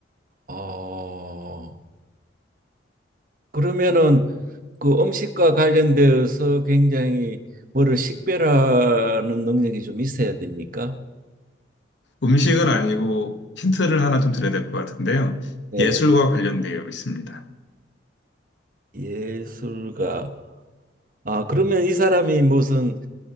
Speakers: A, on the right; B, on the left.
A: 어. 그러면은 그 음식과 관련되어서 굉장히 뭐를 식별하는 능력이 좀 있어야 됩니까?
B: 음식은 아니고 힌트를 하나 좀 드려야 될 것 같은데요.
A: 네.
B: 예술과 관련되어 있습니다.
A: 예술가. 아, 그러면 이 사람이 무슨